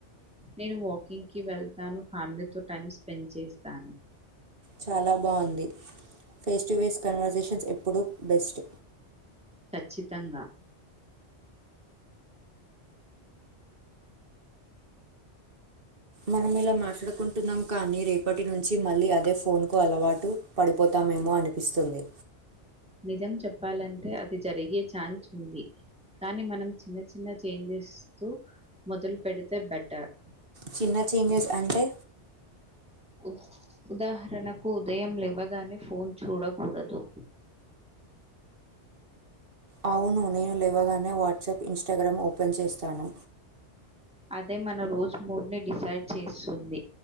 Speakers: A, in the centre; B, on the right (about 50°).
A: నేను వాకింగ్కిి వెళ్తాను ఫ్యామిలీతో టైం స్పెండ్ చేస్తాను
B: చాలా బాగుంది ఫేస్ టు ఫేస్ కన్వర్సేషన్స్ ఎప్పుడూ బెస్ట్
A: ఖచ్చితంగా
B: మనం ఇలా మాట్లాడుకుంటున్నాం కానీ రేపటి నుంచి మళ్ళీ అదే ఫోన్ కు అలవాటు పడిపోతామేమో అనిపిస్తుంది
A: నిజం చెప్పాలంటే అది జరిగే ఛాన్స్ ఉంది కానీ మనం చిన్న చిన్న చేంజెస్ తు మొదలు పెడితే బెటర్
B: చిన్న చేంజెస్ అంటే
A: ఉద్ ఉదాహరణకు ఉదయం లెవ్వగానే ఫోన్ చూడకూడదు
B: అవును నేను లేవగానే వాట్సాప్ ఇన్స్టాగ్రామ్ ఓపెన్ చేస్తాను
A: అదే మన రోజు మూడు ని డిసైడ్ చేస్తుంది